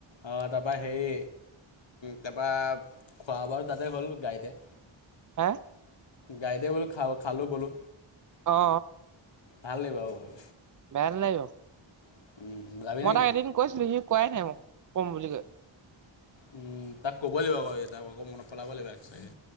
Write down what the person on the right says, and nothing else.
হে
অ।
বেয়া নালাগিব
মই
তাক এদিন কৈছিলো সি কোৱাই নাই মোক কম বুলি কৈ